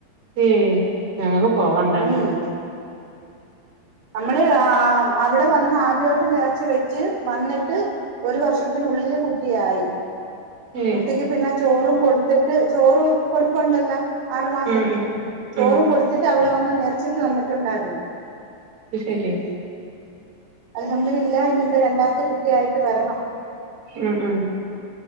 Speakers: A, on the right (about 40°); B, on the right (about 65°).
A: ഏഹ് ഞങ്ങക്ക് പോവാനുണ്ടാർന്നു
B: ഉം നമ്മള് ആഹ് അവിടെ വന്ന് ആദ്യമായിട്ട് നേർച്ച വെച്ച് വന്നിട്ട് ഒരു വർഷത്തിനുള്ളിൽ കുട്ടിയായി
A: ഏയ്
B: കുട്ടിക്ക് പിന്നെ ചോറും കൊടുത്തിട്ട് ചോറ് കൊടുപ്പുണ്ടല്ലോ ആറ് മാസത്തിൽ
A: ഉം ഉം
B: ചോറും
A: ഉം
B: കൊടുത്തിട്ട് വന്ന് നേർച്ചക്ക് വന്നിട്ടുണ്ടായിരുന്നു
A: ശരി
B: അൽഹം ദുലില്ല ഇനിപ്പോ രണ്ടാമത്തെ കുട്ടിയായിട്ട് വരണം
A: മ്മ് മ്മ്